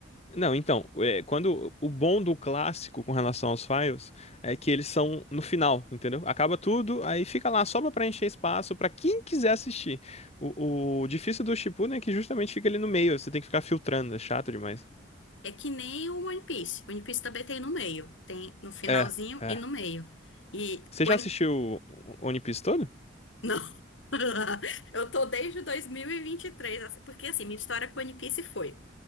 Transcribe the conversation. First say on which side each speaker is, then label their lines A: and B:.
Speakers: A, on the left (about 35°); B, on the left (about 80°).
A: Não, então, é, quando o bom do clássico com relação aos files é que eles são no final, entendeu? Acaba tudo, aí fica lá só pra preencher espaço pra quem quiser assistir. O, o difícil do Shippuden é que justamente fica ali no meio, você tem que ficar filtrando, é chato demais.
B: É que nem o One Piece, o One Piece também tem no meio, tem no finalzinho
A: É, é.
B: e no meio. E
A: Você
B: o
A: já
B: One
A: assistiu o One Piece todo?
B: Não. <laughs> Eu tô desde 2023, assim, porque assim, minha história com One Piece foi.